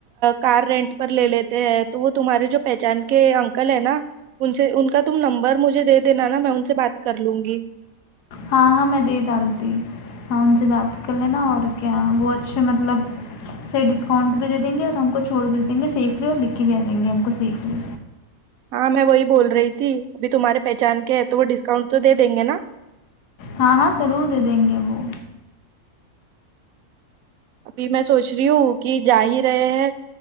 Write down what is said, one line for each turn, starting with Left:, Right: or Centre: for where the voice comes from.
Right: کار رینٹ پر لے لیتے ہے تو وہ تمہارے جو پہچان کے انکل ہے نا ان سے ان کا تم نمبر مجھے دے دینا نا میں ان سے بات کر لوں گی
Left: ہاں ہاں میں دے ڈالتی ہاں ان سے بات کر لینا اور کیا وہ اچھے مطلب صی ڈسکاؤنٹ بھی دے دیں گے اور ہم کو چھوڑ بھیے دیں گے سیفلی اور لک بھی آ دیں گے ہم کو سیفلی
Right: ہاں میں وہی بول رہی تھی ابھی تمہارے پہچان کے ہیں تو وہ ڈسکاؤنٹ تو دے دیں گے نا
Left: ہاں ہاں ضرور دے دیں گے وہ
Right: ابھی میں سوچ رہی ہوں کہ جا ہی رہے ہیں